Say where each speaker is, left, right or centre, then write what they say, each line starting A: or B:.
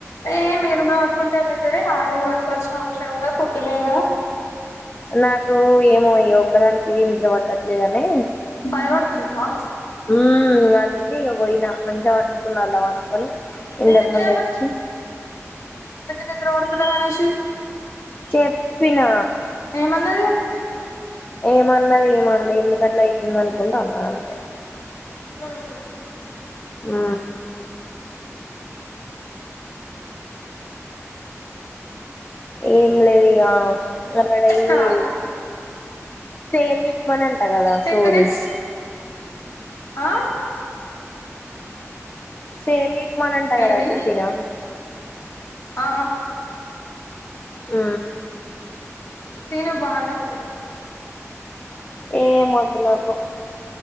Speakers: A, on the left; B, on the left.
A: ఏమ్ మీ రూమ్లో పడుకుంటే ఏమైతదే ఆడవోయ్ పడుకోవాల్సిన అవసరం ఏమునది పొద్దున్నే గదా
B: నాకు ఏమో ఇమొ ఇగ ఒక్కదానికి నిద్ర పట్టట్లేదని
A: భయపడుతున్నావా
B: హుమ్ అందుకే ఇగా పోయిన మంచిగా పన్కున్న అన్లా పన్కొని ఇంతక్
A: ఎందుకే
B: ముందే వచ్చి
A: నిద్రవడ్తలేదనేసి
B: చెప్పిన
A: ఏమన్నది ఏ
B: ఏమన్నది ఏమన్లె ఎందుకట్లా అయితుంది అనుకుంట అన్నది అంతే
A: అవు
B: ఆ ఏం లేదు ఇగ తోర్రడిఅయి
A: ఇక్కడ
B: ఎల్లిపొ సేమ్యా పనంట కదా
A: టెన్
B: సోది
A: మినిట్స్ ఆ
B: సేమ్య ఉప్మా నంటా
A: ఏంటి
B: కదా టీఫిను
A: ఆ
B: ఉ
A: తేను బానే ఉంది
B: ఏం వొద్దు నాకు